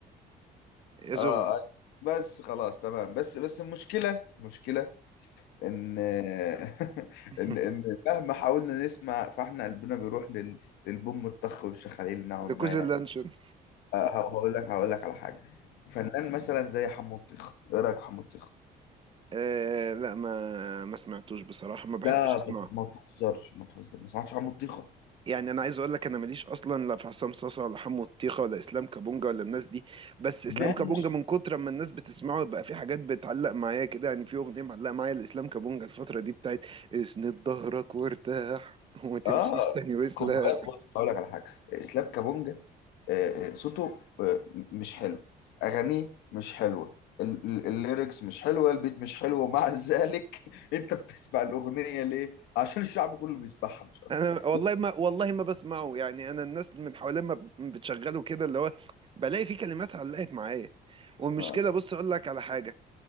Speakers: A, on the right; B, on the left.
A: يا
B: اه
A: زغل
B: آه. بس خلاص تمام بس بس المشكله مشكله ان <laughs>
A: <laughs>
B: ان ان مهما حاولنا نسمع فاحنا قلبنا بيروح لل... للبوم الطخ والشخاليل نوعا ما
A: ركوز
B: يعني
A: اللانشون
B: آه، هقول لك هقول لك على حاجه فنان مثلا زي حمو الطيخه ايه رايك في حمو الطيخه
A: آه لا ما ما سمعتوش بصراحه ما بحبش
B: لا
A: اسمعه
B: ما ما تهزرش ما تهزرش ما سمعتش حمو الطيخه
A: يعني انا عايز اقول لك انا ماليش اصلا لا في عصام صاصا ولا حمو الطيخه ولا اسلام كابونجا ولا الناس دي بس اسلام
B: ماشي
A: كابونجا من كتر ما الناس بتسمعه بقى في حاجات بتعلق معايا كده يعني في اغنيه معلقه معايا لاسلام كابونجا الفتره دي بتاعت اسند ظهرك وارتاح وما تمشيش
B: اه
A: تاني وسلا
B: خد بالك بص، هقول لك على حاجه اسلام كابونجا آه، آه، صوته آه، مش حلو اغانيه مش حلوه ال- ال- الليركس مش حلوه البيت مش حلو ومع ذلك <laughs> انت بتسمع الاغنيه ليه عشان الشعب كله بيسمعها مش اكتر
A: انا والله
B: لا،
A: ما والله ما بسمعه يعني انا الناس من حوالين ما ب- بتشغله كده اللي هو بلاقي فيه كلمات علقت معايا والمشكله
B: اه
A: بص اقول لك على حاجه